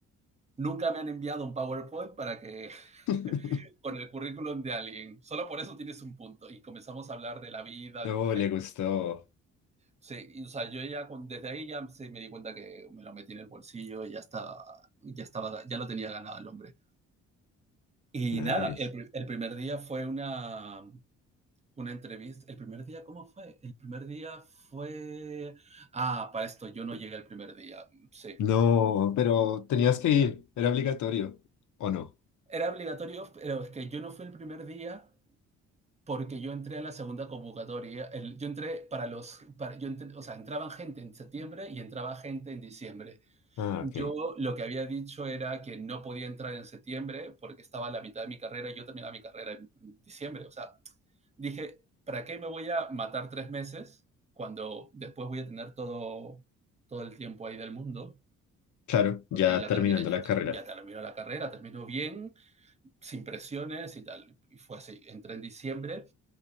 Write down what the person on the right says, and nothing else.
nunca me han enviado un PowerPoint para que, <laughs>
con el currículum de alguien, solo por eso tienes un punto, y comenzamos a hablar de la vida,
de la gente,
Sí, y, o sea, yo ya con- desde ahí ya se me di cuenta que me lo metí en el bolsillo y ya estaba, ya estaba, ya lo tenía ganado el hombre. Y
nada, el, pri- el primer día fue una, una entrevista. ¿El primer día cómo fue? El primer día fue... Ah, para esto, yo no llegué el primer día. Sí.
Yo- no-
era obligatorio, pero es que yo no fui el primer día porque yo entré en la segunda convocatoria. El- yo entré para los... Para, yo entré- o sea, entraban gente en septiembre y entraba gente en diciembre.
Yo
lo que había dicho era que no podía entrar en septiembre porque estaba a la mitad de mi carrera y yo terminaba mi carrera en diciembre. O sea, dije, ¿para qué me voy a matar tres meses cuando después voy a tener todo, todo el tiempo ahí del mundo?
Porque
ya
terminé, ya,
ya terminó la carrera, terminó bien, sin presiones y tal. Y fue así. Entré en diciembre.